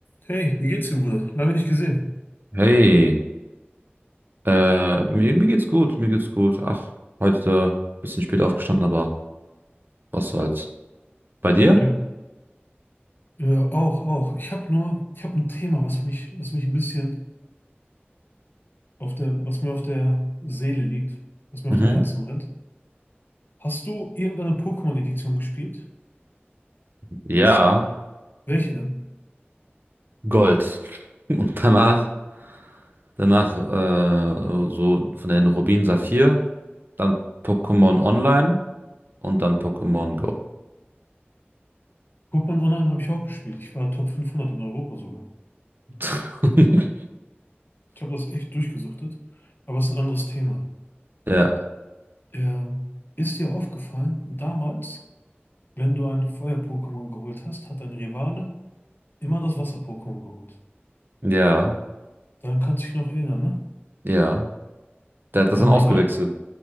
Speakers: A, on the left (about 55°); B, on the right (about 55°).
A: Hey, wie geht's dir, Bruder? Lange nicht gesehen.
B: Hey, äh, mir, mir geht's gut, mir geht's gut. Ach, heute ein bisschen spät aufgestanden, aber was soll's. Bei dir?
A: Ja. Ja, auch, auch. Ich habe nur, ich habe ein Thema, was mich, was mich ein bisschen auf der, was mir auf der Seele liegt, was mir
B: Mhm.
A: auf dem Herzen brennt. Hast du irgendeine Pokémon-Edition gespielt?
B: Ja,
A: Welche denn?
B: Gold. <laughs> Und danach, danach äh, so von den Rubin Saphir, dann Pokémon Online und dann Pokémon Go.
A: Pokémon Online habe ich auch gespielt. Ich war Top 500 in Europa sogar.
B: <laughs>
A: Ich habe das echt durchgesuchtet, aber es ist ein anderes Thema.
B: Ja,
A: Ähm, ist dir aufgefallen, damals, wenn du ein Feuer-Pokémon geholt hast, hat dein Rivale immer das Wasser-Pokémon geholt.
B: ja,
A: Daran kannst du dich noch erinnern, ne?
B: ja. Der hat das
A: Dein
B: dann ausgewechselt.
A: Rival,